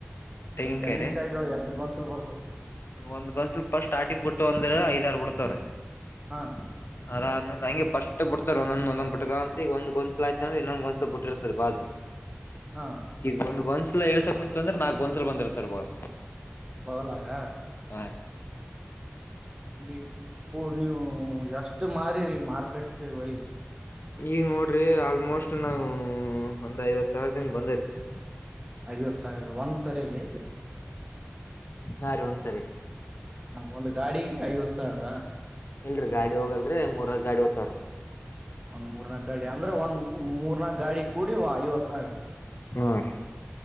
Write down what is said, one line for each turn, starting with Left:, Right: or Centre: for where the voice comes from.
Left: ತೆಂಗಿನಕಾಯಿ
Right: ತೆಂಗಿನಕಾಯಿಗಳು ಎಷ್ಟು ಗೊಂಚಲ್ ಬರ್ಬೇಕ
Left: ಹಂಗ ಒಂದ ಗೊಂಚಲು ಫಸ್ಟ್ ಬಿಟ್ಟು ಒಂದ್ರ ಐದಾರ್ರು ಬಿಡ್ತವ್ರೀ
Right: ಹಾ
Left: ಅರಂದ ಹಂಗೆ ಪಸ್ಟ್ ಬಿಡ್ತಾರೆ ಒಂದೊ ಬಿಟ್ಕ ಅಂತ ಈಗ ಒಂದು ಗೊಂದಸಲ ಆಯ್ತಂದ್ರ ಇನ್ನೊ ಗಸಲು ಬಿಟ್ಟಿರ್ತಾರೆ ಬಾಲ್
Right: ಹಾ
Left: ಈಗ ಒಂದ್ ಗೊಂಚಲು ಎಳ್ಸಕಕ್ ಕುಂತಂದ್ರೆ ನಾಕ್ ಗೊಂಚಲು ಬಂದಿರ್ತಾರ ಬಾಗ
Right: ಬದಲಾಗ
Left: ಹ
Right: ಈ ಹ ನೀವು ಎಷ್ಟು ಮಾರಿರಿ ಮಾರ್ಕೆಟ್ಗೆ ಒಯ್ದ
Left: ಈಗ್ ನೋಡ್ರಿ ಆಲ್ಮೋಸ್ಟ್ ನಾವು ಒಂದ್ ಐವತ್ ಸಾವಿರದಂಗ ಬಂದೈತ್ರಿ
Right: ಐವತ್ತು ಸಾವಿರ ಒಂದ್ ಸರಿಗೆ
Left: ಹಾ ರೀ ಒಂದ್ಸರಿ
Right: ಹ ಒಂದ್ ಗಾಡಿಗೆ ಐವತ್ ಸಾವಿರ
Left: ಇಲ್ರಿ ಗಾಡಿ ಹೋಗಲ್ರಿ ಮೂರ್ನಾಲ್ಕು ಗಾಡಿ ಹೋತಾವ್ರಿ
Right: ಒಂದ್ ಮೂರ್ನಾಲ್ಕು ಗಾಡಿ ಅಂದ್ರೆ ಒಂದ್ ಮೂರ್ನಾಕ್ ಗಾಡಿ ಕೂಡಿ ಐವತ್ ಸಾವಿರ
Left: ಹಾ ರೀ